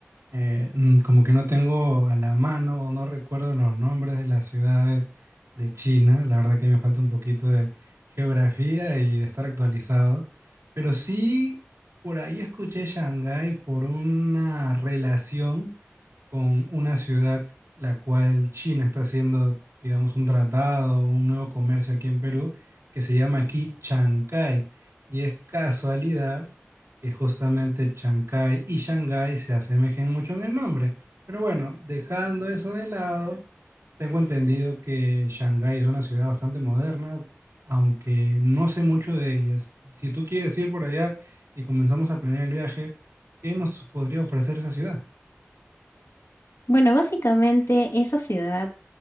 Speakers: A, on the right (about 80°); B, on the left (about 80°).
A: Eh, mm, como que no tengo a la mano o no recuerdo los nombres de las ciudades de China. La verdad que me falta un poquito de geografía y de estar actualizado. Pero sí, por ahí escuché Shanghái por una relación con una ciudad la cual China está haciendo, digamos, un tratado, un nuevo comercio aquí en Perú que se llama aquí Chancay. Y es casualidad que justamente Chancay y Shanghái se asemejen mucho en el nombre. Pero bueno, dejando eso de lado, tengo entendido que Shanghái es una ciudad bastante moderna, aunque no sé mucho de ellas. Si tú quieres ir por allá y comenzamos a planear el viaje, ¿qué nos podría ofrecer esa ciudad?
B: Bueno, básicamente esa ciudad